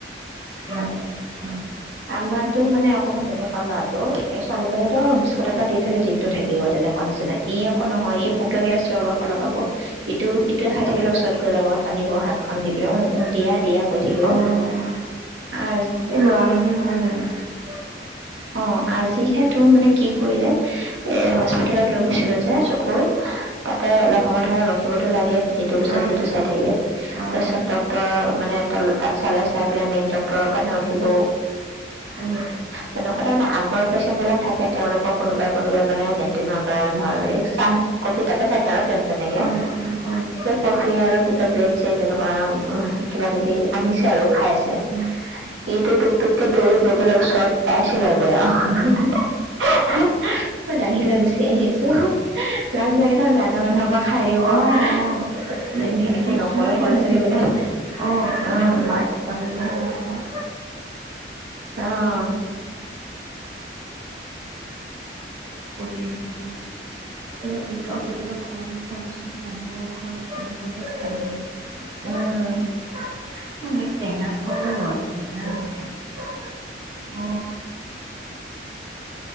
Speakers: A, on the right; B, on the right.
A: ক ক
B: আমাৰোটো মানে অকমান তেনেকুৱা লৰাটো ছোৱালীজনী বিস্কুট এটা দি থলে দিনতটো থাকিব তেনেকুৱা নিচিনা ই আকৌ নহয় ই ভোক লাগিলে চিঞৰ বাখ লগাব ইটো ইটোৱে খাই থাকিলে ওচৰত গজাব টানিব হাত খ দি পেলাই উম উম দিয়া দিয়া কৈ থাকিব
A: অঁ অঁ অঁ
B: আ
A: এই ল' মানুহ নহয় জানো উ
B: অ আজিহে তোৰ মানে কি কৰিলে এ হস্পিিতালত লৈ গৈছিলো যে চকুৰ তাতে অলপ সময় ধৰ ৰখিবতো লাগে ইটোৰ পিছত
A: অঁ
B: সিটো চাই থাকোৰ
A: অঁ অঁ
B: চব ডটৰ মানে ত তাত চালে চাই পেলাই মেইন ডটৰৰ কাৰণে ৰখিব
A: অঁ
B: তেনেকুৱা তাৰানে আগৰ পেচেণ্ট বিলাক থাকে তেওঁলোকৰ কোনোবাই কোনোবাই মানে কেটিনৰ পৰা ধৰ চাহ কফি তাতে থাকে আৰু তেনেকে
A: অঁ অঁ অঁ অঁ
B: কফি আৰু কিবা ব্ৰেড তেনেকুৱা কিবা কিবি আনিছে আৰু খাইছে
A: অঁ
B: সটো ুপকে দৌৰি গৈ পেলাই ওচৰত পাইছিলো আৰু গৈ মই দাঙ লৈ গুচি আহিছো লাজ লাগে ত যাহ এাহ মানুহৰ পৰা খাই দিব
A: অঁ
B: উম,
A: এতিয়া
B: একো
A: সি
B: নকয়
A: সেইটো
B: সৰু ল'ৰা
A: বুজি
B: ছোৱালী বুলি
A: পোৱা নাই অ
B: উম,
A: বাক বাপহে মজ পায়
B: আহ
A: কবিত এই এও কেতিয়াবা ঘৰত নোখোৱা বস্তুটো মানুহৰ ঘৰত এনেকুৱাকে খঠাই দিয়
B: উম,
A: মই ইয়াক টেঙা খুৱাব নোৱাৰো টেঙা নাখায়
B: হ